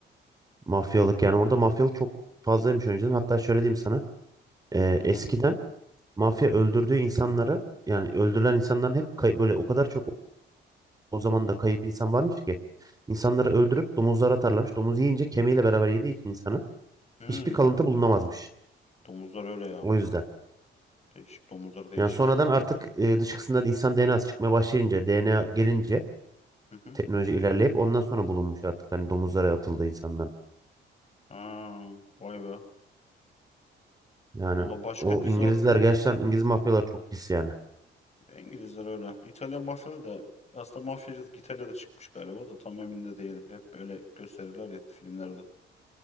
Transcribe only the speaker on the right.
Mafyalık yani orada mafyalık çok fazlaymış önceden. Hatta şöyle diyeyim sana. Ee,
eskiden
mafya öldürdüğü insanları yani öldürülen insanların hep kay- böyle o kadar çok o zaman da kayıp insan varmış ki insanları öldürüp domuzlara atarlarmış. Domuz yiyince kemiğiyle beraber yediği için insanı
hiçbir kalıntı bulunamazmış.
O yüzden.
Yani sonradan artık e, dışkısında insan DNA'sı çıkmaya başlayınca, DNA gelince
teknoloji ilerleyip ondan sonra bulunmuş artık hani domuzlara atıldı insanlar.
Yani
o
İngilizler
gerçekten İngiliz mafyalar çok pis yani.